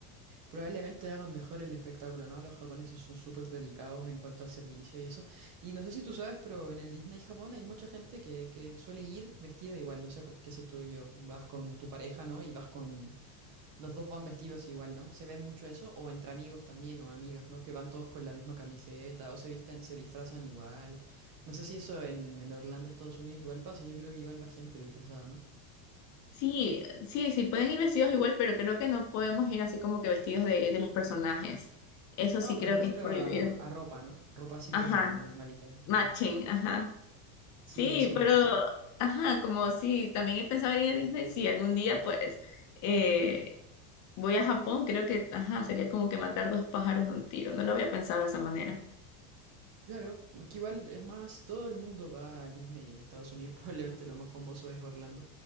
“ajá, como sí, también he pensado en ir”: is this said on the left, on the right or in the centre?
Left